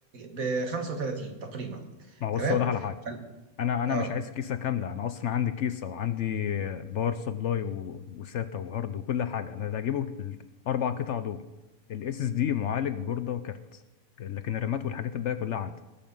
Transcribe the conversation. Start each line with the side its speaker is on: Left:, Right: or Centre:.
Right: ب 35 تقريبا
Left: ما هو
Right: تمام
Left: بص أقول لك على حاجة
Right: فال-
Left: انا انا
Right: اه
Left: مش عايز كيسة كاملة انا اصلا عندي كيسة وعندي باور سبلاي و- وساتا وهارد وكل حاجة انا اللي هجيبه الاربع قطع دول الاس اس دي معالج بوردة وكارت لكن الرامات والحاجات الباقية كلها عندي